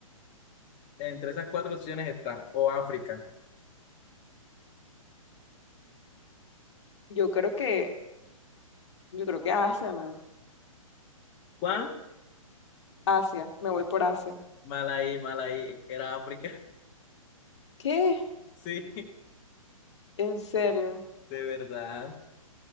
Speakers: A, on the left (about 25°); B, on the left (about 50°).
A: Entre esas cuatro opciones está, o África.
B: Yo creo que, yo creo que Asia, ¿no?
A: ¿Cuál?
B: Asia, me voy por Asia.
A: Mal ahí, mal ahí. Era África. <laughs>
B: ¿Qué?
A: Sí,
B: ¿En serio?
A: de verdad.